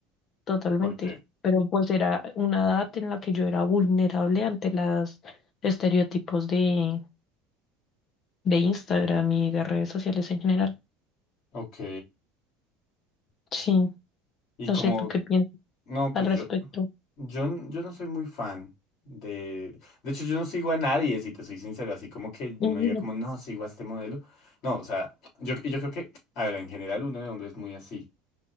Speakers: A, on the left (about 40°); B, on the left (about 60°).
A: totalmente,
B: ¿por qué?
A: pero pues era una edad en la que yo era vulnerable ante los estereotipos de, de Instagram y de redes sociales en general.
B: Ok.
A: Sí,
B: ¿Y
A: no
B: como
A: sé, ¿tú qué piensas
B: No, pues
A: al respecto?
B: yo, yo, n- yo no soy muy fan de... De hecho, yo no sigo a nadie, si te soy sincero, así como que no
A: <laughs> Ujú,
B: diga como, no, sigo a este modelo. No, o sea, yo, y yo creo que, a ver, en general uno de hombres es muy así,